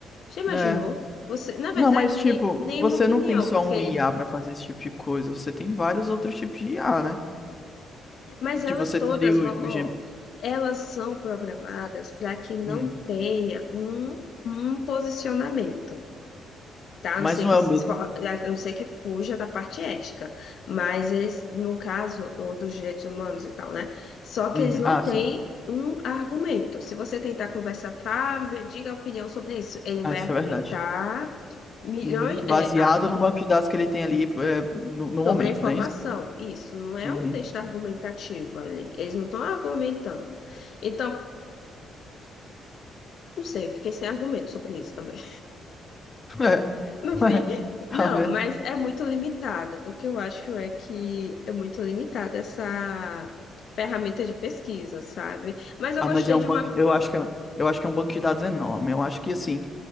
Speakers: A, on the left; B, on the left.
A: Já imaginou?
B: É,
A: Você, na verdade,
B: Não, mas tipo,
A: nem, nem
B: você
A: uma opinião,
B: não tem só
A: porque
B: um
A: ele,
B: IA pra fazer esse tipo de coisa, você tem vários outros tipos de IA, né?
A: mas elas
B: Que você
A: todas
B: teria o,
A: vão,
B: o
A: ó,
B: Gem-
A: elas são programadas para que não
B: Hum,
A: tenha um um posicionamento. tá? A
B: mas
A: não ser
B: não
A: que,
B: é
A: se
B: o mesmo.
A: for- a não ser que fuja da parte ética, mas eles, no caso, ou dos direitos humanos e tal, né? Só que
B: Uhum,
A: eles não
B: Ah,
A: têm
B: sim.
A: um argumento. Se você tentar conversar, ah, me diga a opinião sobre isso, ele
B: Ah,
A: vai
B: isso
A: argumentar
B: é verdade.
A: milhões,
B: Uhum, Baseado
A: é, ah,
B: no banco de dados que ele tem ali é, no, no momento,
A: sobre a informação.
B: não é isso?
A: Isso não é
B: Uhum.
A: um texto argumentativo, ele- eles não estão argumentando. Então, não sei, fiquei sem argumento sobre isso também.
B: <laughs> É,
A: No fim,
B: é, tá
A: não,
B: vendo?
A: mas é muito limitado. O que eu acho é que é muito limitada essa ferramenta de pesquisa, sabe? Mas eu
B: Ah,
A: gostei
B: mas é um
A: de
B: banco.
A: uma.
B: Eu acho que é, eu acho que é um banco de dados enorme. Eu acho que assim.